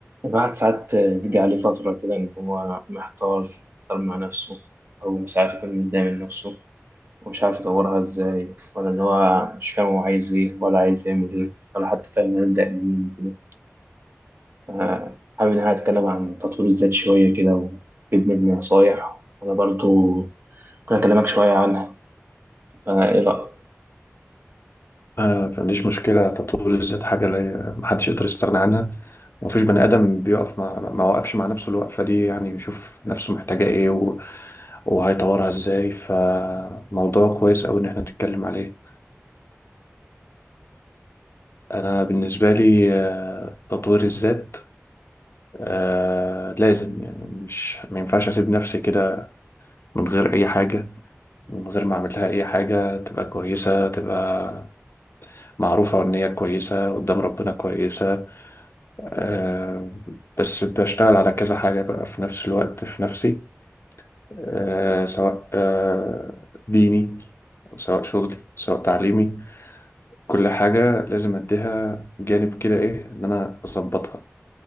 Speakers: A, on the right; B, on the left.
A: الواحد ساعات بيجي عليه فترة كده إن هو محتار محتار مع نفسه أو ساعات يكون متضايق من نفسه ومش عارف يطورها إزاي ولا إن هو مش فاهم هو عايز إيه ولا عايز يعمل إيه ولا حتى فاهم هيبدأ منين كده آه، حابب إن أنا أتكلم عن تطوير الذات شوية كده وأجيب مني نصايح وأنا برضو ممكن أكلمك شوية عنها فإيه رأيك؟
B: آه، ما عنديش مشكلة تطوير الذات حاجة لا محدش يقدر يستغنى عنها ومفيش بني آدم بيقف مع ما وقفش مع نفسه الوقفة دي يعني يشوف نفسه محتاجة إيه و... وهيطورها إزاي فموضوع كويس أوي إن إحنا نتكلم عليه أنا بالنسبة لي آه، تطوير الذات آه، لازم يعني مش ما ينفعش أسيب نفسي كده من غير أي حاجة من غير ما أعمل لها أي حاجة تبقى كويسة تبقى معروفة إن هي كويسة قدام ربنا كويسة آه، بس بشتغل على كذا حاجة بقى في نفس الوقت في نفسي آه، سواء آه، ديني أو سواء شغلي سواء تعليمي كل حاجة لازم أديها جانب كده إيه إن أنا أظبطها